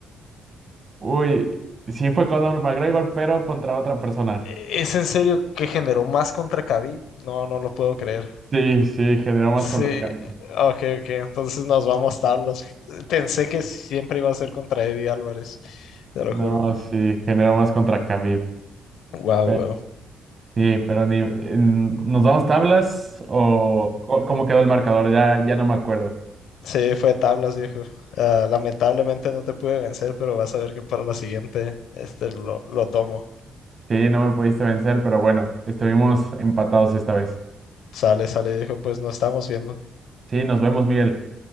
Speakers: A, on the right (about 40°); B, on the left (about 80°).
A: uy, sí fue Conor McGregor, pero contra otra persona.
B: E-, ¿Es en serio que generó más contra Khabib? No, no lo puedo creer.
A: Sí, sí, generó más
B: Sí,
A: contra Khabib.
B: ok, ok, entonces nos vamos tablas. Pensé que siempre iba a ser contra Eddie Álvarez, te lo
A: No,
B: juro.
A: sí, generó más contra Khabib.
B: Wow,
A: Pe-
B: wow.
A: sí, pero ni, en- ¿nos damos tablas o co- cómo quedó el marcador? Ya, ya no me acuerdo.
B: sí, fue tablas, viejo. Ah, lamentablemente no te pude vencer, pero vas a ver que para la siguiente este lo, lo tomo.
A: Sí, no me pudiste vencer, pero bueno, estuvimos empatados esta vez.
B: Sale, sale, viejo, pues nos estamos viendo.
A: Sí, nos vemos, Miguel.